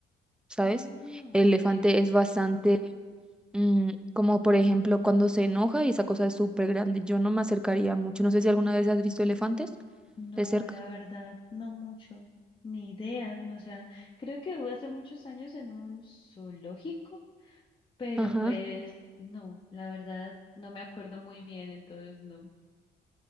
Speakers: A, in the centre; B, on the left.
A: ¿sabes?
B: Ah,
A: El
B: ok.
A: elefante es bastante, mm, como por ejemplo cuando se enoja y esa cosa es súper grande. Yo no me acercaría mucho. No sé si alguna vez has visto elefantes
B: No,
A: de cerca.
B: la verdad, no mucho, ni idea. no, O sea, creo que hubo hace muchos años en un zoológico, pero
A: Ajá.
B: pues no, la verdad, no me acuerdo muy bien, entonces no.